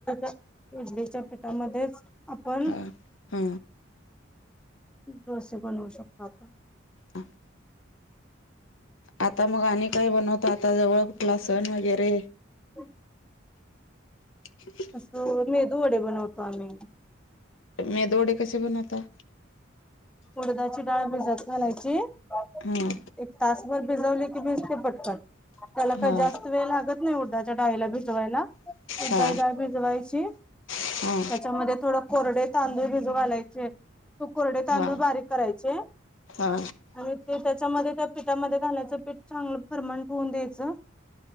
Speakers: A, in the centre; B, on the left.
A: शि इडलीच्या पिठामध्येच आपण
B: हा हा
A: डोसे बनवू शकतो आपण.
B: ह. आता मग आणि काय बनवत आता जवळ क्लासन वगैरे.
A: ह.
B: <inaudible>
A: असं मेदू वडे बनवतो आम्ही.
B: मेदु वडे कसे बनवता?
A: उडदाची डाळ भिजत घालायची.
B: हं.
A: एक तासभर भिजवले की भिजते पटकन. त्याला काही
B: हा
A: जास्त वेळ लागत नाही उडदाच्या डाळीला भिजवायला. उडदाची
B: हा
A: डाळी भिजवायची
B: हा
A: त्याच्याम थोड कोरडे तांदूळ भिजू घालायचे. तू कोर तांदूळ
B: हा
A: बारीक करायचे
B: हा
A: आणि ते त्याच्यामध्ये त्या पीठामध्ये घालायचं पीठ चांगलं फरमंट होऊन द्यायचं